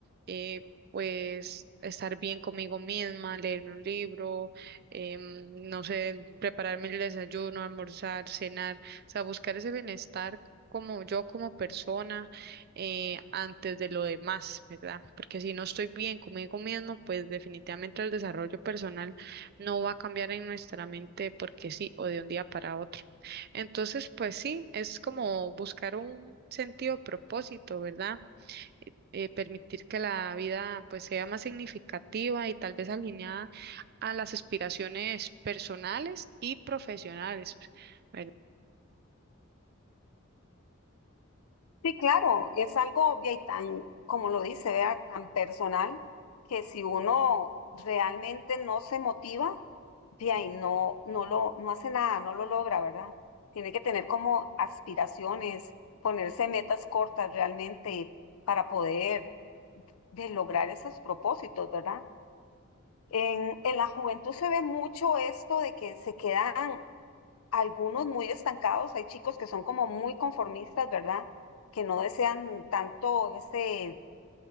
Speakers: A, on the right; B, on the left.
A: eh, pues estar bien conmigo misma, leerme un libro, em, no sé, prepararme el desayuno, almorzar, cenar, o sea, buscar ese bienestar como yo como persona eh, antes de lo demás, ¿verdad? Porque si no estoy bien conmigo mismo, pues definitivamente el desarrollo personal no va a cambiar en nuestra mente porque sí, o de un día para otro. Entonces, pues sí, es como buscar un sentido, propósito, ¿verdad? eh, eh, permitir que la vida pues sea más significativa y tal vez alineada a las aspiraciones personales y profesionales, verdad.
B: Sí, claro, es algo obvio y tan, como lo dice, vea, tan personal que si uno realmente no se motiva, vea y no, no lo, no hace nada, no lo logra, ¿verdad? Tiene que tener como aspiraciones, ponerse metas cortas realmente para poder de lograr esos propósitos, ¿verdad? En, en la juventud se ve mucho esto de que se quedan algunos muy estancados, hay chicos que son como muy conformistas, ¿verdad? Que no desean tanto ese